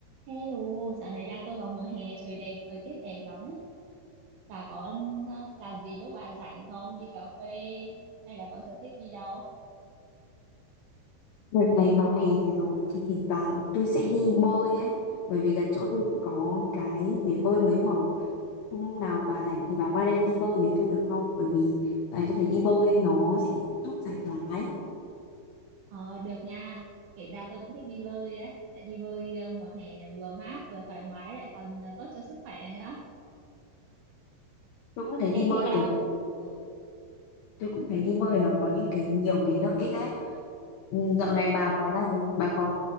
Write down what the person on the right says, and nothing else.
Hello, dạo này đang cơ vào mùa hè, trời đẹp, thời tiết đẹp lắm ấy. Bà có ờ, làm gì lúc bà rảnh không? Đi cà phê hay là có sở thích đi đâu?
Ờ, được nha. Kể ra tôi cũng thích đi bơi đấy. Tại đi bơi ờ, mùa hè là vừa mát, vừa thoải mái, lại còn ờ, tốt cho sức khỏe nữa.
Ê,
thế,
ờ, ờ,